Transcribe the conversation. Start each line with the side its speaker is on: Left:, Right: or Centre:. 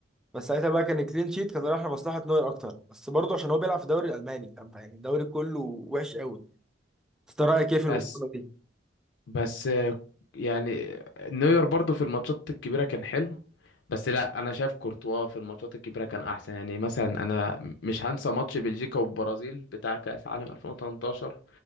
Centre: بس ساعتها بقى كان كلين شيت كان رايح لمصلحة نوير أكتر بس برضه عشان هو بيلعب في الدوري الألماني فاهم؟ يعني الدوري كله وحش قوي بس أنت رأيك إيه في
Left: بس
Centre: المقارنة دي؟
Left: بس آه، يعني نوير برضو في الماتشات الكبيرة كان حلو بس لا انا شايف كورتوا في الماتشات الكبيرة كان احسن يعني مثلا انا مش هنسى ماتش بلجيكا والبرازيل بتاع كأس عالم 2018